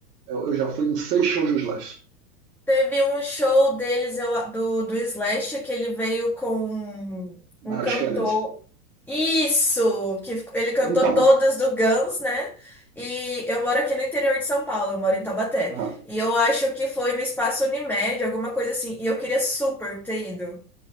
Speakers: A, on the right; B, in the centre.
A: eu, já fui em seis shows do Slash,
B: Teve um show deles, eu, do, do Slash, que ele veio com um
A: na
B: um cantor.
A: Kennedy.
B: Isso, que ele cantou
A: Então,
B: todas do Guns, né? E eu moro aqui no interior de São Paulo, eu moro em Taubaté.
A: ah,
B: E eu acho que foi no Espaço Unimed, alguma coisa assim. E eu queria super ter ido.